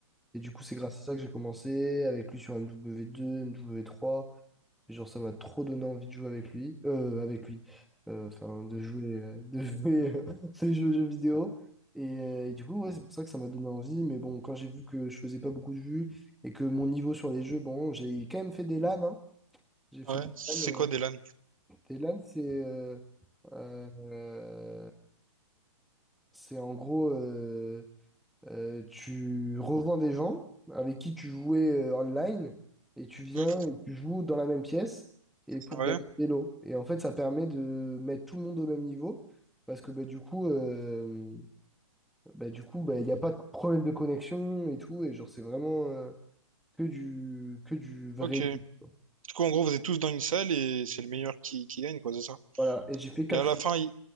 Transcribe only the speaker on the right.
Ouais,
c'est
quoi des LAN?
Mmh
Ouais,
OK.
Du
coup, en gros, vous êtes tous dans une salle et c'est le meilleur qui qui gagne, quoi, c'est ça?
Et à la fin, il